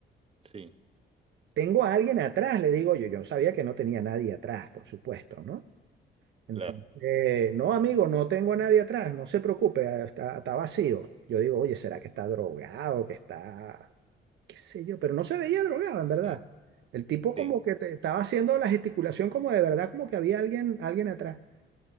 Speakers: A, on the right; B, on the right.
A: sí,
B: Tengo a alguien atrás, le digo yo. Yo sabía que no tenía nadie atrás, por supuesto, ¿no? Entonces,
A: claro,
B: no, amigo, no tengo a nadie atrás, no se preocupe, está, está vacío. Yo digo, oye, ¿será que está drogado, que está qué sé yo, pero no se veía drogado, en
A: sí,
B: verdad. El tipo
A: sí,
B: como que te- estaba haciendo la gesticulación como de verdad, como que había alguien, alguien atrás.